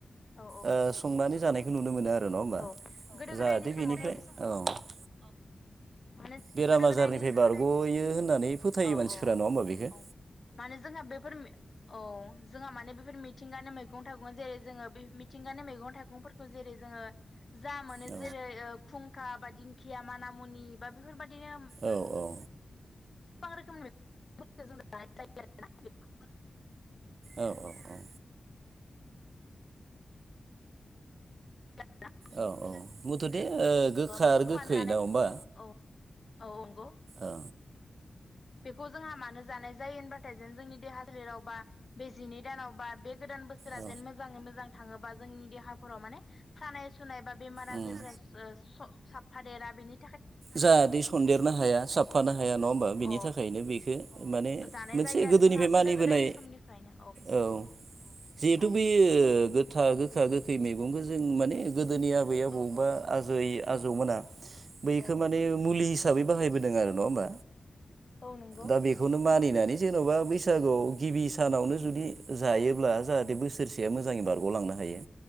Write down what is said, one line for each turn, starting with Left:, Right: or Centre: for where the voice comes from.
Left: औ
Right: ओ संनानै जानायखौ नुनो मोनो आरो नङा होमबा
Left: औ गोदो गोदायनि
Right: जाहाथे
Left: समावथ'
Right: बिनिफ्राय औ।
Left: माने
Right: बेराम
Left: गोदो
Right: आजारनिफाय
Left: गोदायनि
Right: बारग'यो होननानै फोथायो
Left: औ
Right: मानसिफ्रा
Left: औ औ
Right: नङा होमबा बेखो।
Left: औ माने जोंहा बेफोर औ। जोंहा माने बेफोर मिथिंगानि मैगं थाइगं जेरै जोङो बे मिथिंगानि मैगं थाइगंफोरखौ जेरै जोङो जा मोनो
Right: औ
Left: जेरै ओ खुंखा बा दिंखिया मान मुनि बा बेफोरबादिनो
Right: औ औ औ।
Left: गोबां रोखोमनि <unintelligible> <unintelligible>
Right: औ औ औ।
Left: <unintelligible>
Right: औ औ मुथुथे ओ गोखा
Left: बेखौ
Right: आरो गोखै
Left: मानो जानाय
Right: नाव होमबा
Left: औ औ नंगौ
Right: औ।
Left: बेखौ जोंहा मानो जानाय जायो होनबाथाय जों जोंनि देहा सोलेराव बा बे जिनै दानाव बा बे गोदान बोस सोरा
Right: औ
Left: जेन मोजाङै मोजां थाङोबा जोंनि देहाफोराव माने सानाय सुनाय बा बेमार आजिरफोरा
Right: उम
Left: सु जो स साफ्फादेरा बिनि
Right: जाहादे सन्देरनो हाया साफानो हाया नङा होमबा? बिनि
Left: अ
Right: थाखायनो बेखो माने
Left: जानाय
Right: मोनसे
Left: जायो आरो
Right: गोदोनिफाय
Left: जोंहा
Right: मानिबोनाय
Left: गोदो गोदाय समनिफ्रायनो
Right: औ जिहेथु
Left: औ
Right: बेयो गो था गोखा गोखै मेगंखौ जों माने गोदोनि आबै आबौ
Left: औ
Right: बा आजै आजौमोना बैखो
Left: औ
Right: माने
Left: औ
Right: मुलि हिसाबै बाहायबोदों आरो नङा होमबा?
Left: औ नंगौ
Right: दा बे खौनो मानिनानै जेन'बा बैसागुआव गिबि सानावनो जुदि जायोब्ला जाहाथे बोस सोरसेया मोजाङै बारग'लांनो हायो।